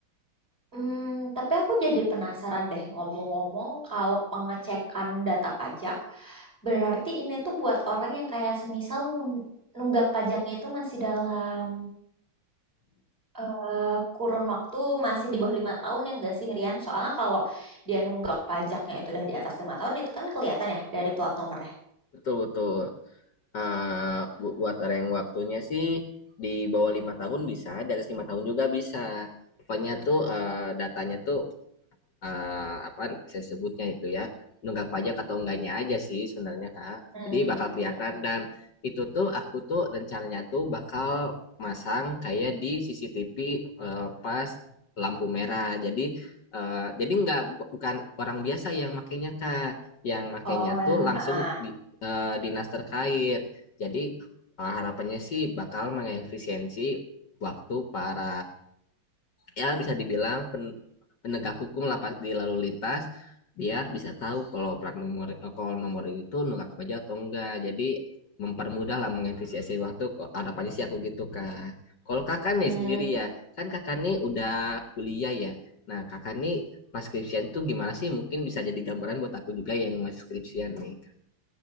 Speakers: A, on the right (about 25°); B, on the left (about 60°).
A: Hmm, tapi aku jadi penasaran deh, ngomong-ngomong, kalau pengecekan data pajak, berarti ini tuh buat orang yang kayak semisal nun- nunggak pajaknya itu masih dalam eh, kurun waktu masih di bawah lima tahun ya nggak sih Rian? Soalnya kalau dia nunggak pajaknya itu udah di atas lima tahun itu kan kelihatan ya dari plat nomornya.
B: Betul betul. Eh, buat orang yang waktunya sih di bawah lima tahun bisa, di atas lima tahun juga bisa. Pokoknya tuh eh, datanya tuh eh, apa saya sebutnya itu ya nunggak pajak atau enggaknya aja sih sebenarnya Kak.
A: Hmm,
B: Jadi bakal kelihatan dan itu tuh aku tuh rencananya tuh bakal masang kayak di CCTV eh, pas lampu merah. Jadi eh, jadi nggak bukan orang biasa yang makainya Kak, yang makainya
A: oh, ah.
B: tuh langsung di eh, dinas terkait. Jadi eh, harapannya sih bakal mengefisiensi waktu para ya bisa dibilang pen- penegak hukum lah pas- di lalu lintas biar bisa tahu kalau plat nomor eh, kalau nomor itu nunggak pajak atau enggak. Jadi mempermudah lah mengefisiensi waktu. Kok harapannya sih aku gitu kak. Kalau kakak
A: hmm.
B: nih sendiri ya, kan kakak nih udah kuliah ya. Nah kakak nih pas skripsian tuh gimana sih? Mungkin bisa jadi gambaran buat aku juga yang masih skripsian nih.